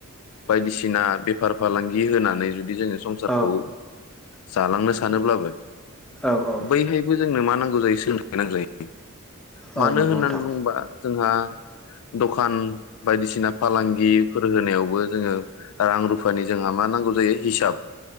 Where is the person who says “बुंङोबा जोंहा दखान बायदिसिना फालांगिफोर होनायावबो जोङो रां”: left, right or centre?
Left